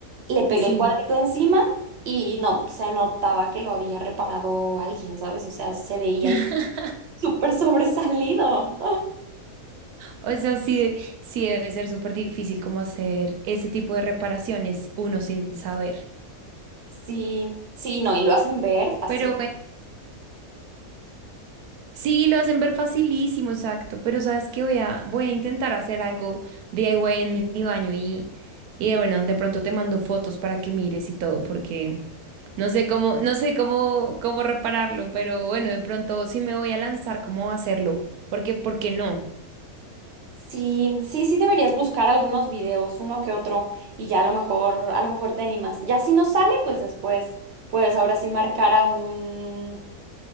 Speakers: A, on the right; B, on the right.
A: le pegué
B: Sí.
A: el cuadrito encima y no, se notaba que lo había reparado alguien, ¿sabes? O sea, se veía
B: <laughs>
A: ahí súper sobresalido.
B: O sea, sí, sí debe ser súper difícil como hacer ese tipo de reparaciones uno sin saber.
A: Sí, sí, no, y lo hacen ver fácil.
B: Pero bueno, sí, lo hacen ver facilísimo, exacto. Pero sabes que voy a, voy a intentar hacer algo DIY en mi, mi baño y, y bueno, de pronto te mando fotos para que mires y todo, porque no sé cómo, no sé cómo, cómo repararlo, pero bueno, de pronto sí me voy a lanzar cómo hacerlo, porque, ¿por qué no?
A: Sí, sí, sí deberías buscar algunos videos, uno que otro, y ya a lo mejor, a lo mejor te animas. Ya si no sale, pues después, pues ahora sí marcar a un,